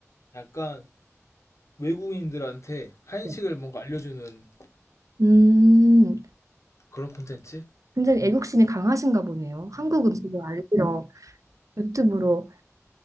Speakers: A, on the left; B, on the right.
A: 약간 외국인들한테 한식을
B: 네.
A: 뭔가 알려주는
B: 음,
A: 그런 콘텐츠?
B: 굉장히 애국심이 강하신가 보네요. 한국 음식을 알리러 유튜브로.